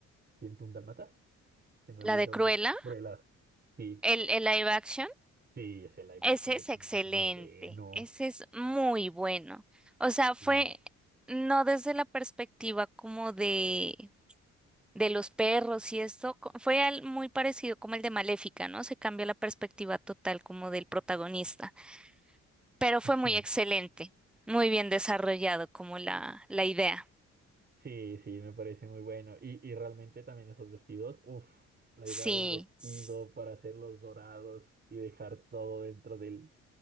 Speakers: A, on the right; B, in the centre.
A: 101 dálmatas, se me
B: ¿La
A: olvidó
B: de Cruella?
A: el nombre. Cruella. Sí,
B: ¿El, el live action?
A: sí, ese live
B: Ese
A: action de
B: es
A: Cruella
B: excelente.
A: es muy bueno.
B: Ese es muy bueno. O sea, fue
A: Sí.
B: no desde la perspectiva como de, de los perros y esto. co- Fue al- muy parecido como el de Maléfica, ¿no? Se cambia la perspectiva total como del protagonista. Pero fue muy
A: Sí,
B: excelente. Muy bien desarrollado como la, la idea.
A: Sí, sí, me parece muy bueno. Y, y realmente también esos vestidos, uff, la
B: Sí.
A: idea del vestido
B: s-
A: para hacerlos dorados y dejar todo dentro del,